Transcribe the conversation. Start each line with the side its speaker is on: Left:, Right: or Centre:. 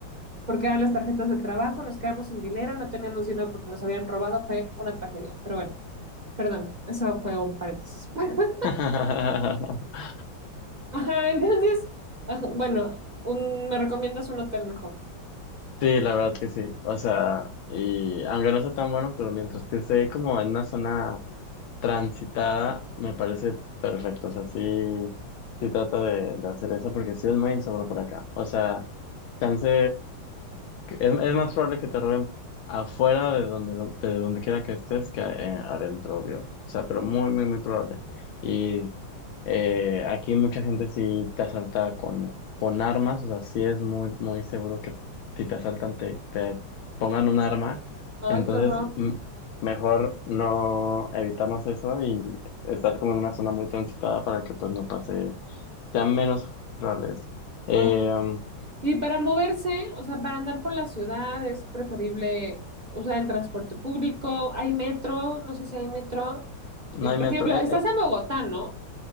Right: porque eran las tarjetas del trabajo, nos quedamos sin dinero, no teníamos dinero porque nos habían robado, fue una tragedia. Pero bueno, perdón, eso fue un paréntesis. <laughs>
Left: <laughs>
Right: Ajá, entonces, ajá, bueno, un- me recomiendas un hotel mejor.
Left: Sí, la verdad que sí. O sea, y aunque no sea tan bueno, pero mientras que esté como en una zona transitada, me parece perfecto. O sea, sí, sí trata de, de hacer eso porque sí es muy inseguro por acá. O sea, chance. Que Es, es más probable que te roben afuera de donde, de donde quiera que estés que eh, adentro, obvio. O sea, pero muy, muy, muy probable. Y eh, aquí mucha gente sí te asalta con, con armas, o sea, sí es muy, muy seguro que si te asaltan te, te pongan un arma.
Right: Ay,
Left: Entonces,
Right: qué horror.
Left: mm, mejor no evitarnos eso y estar como en una zona muy transitada para que pues no pase, sea menos probable eso. Eh,
Right: Ay.
Left: um,
Right: Y para moverse, o sea, para andar por la ciudad es preferible usar el transporte público. Hay metro, no sé si hay metro.
Left: no
Right: Eh,
Left: hay
Right: Por
Left: metro.
Right: ejemplo,
Left: eh,
Right: estás
Left: eh,
Right: en Bogotá, ¿no?